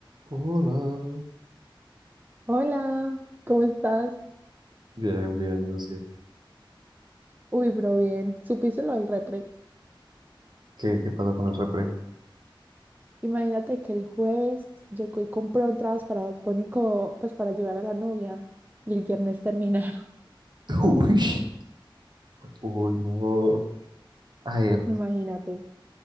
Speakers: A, on the right (about 55°); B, on the right (about 20°).
A: Hola.
B: Hola, ¿cómo estás?
A: Bien, bien, digo, sí.
B: Uy, bro, bien. ¿Supiste lo del repre?
A: ¿Qué, qué pasó con el repre?
B: Imagínate que el jueves llegó y compró entradas para Bad Bunny co- pues para llevar a la novia y el viernes terminaron.
A: <laughs> Uy, Uy, no. A ver,
B: <laughs> Imagínate.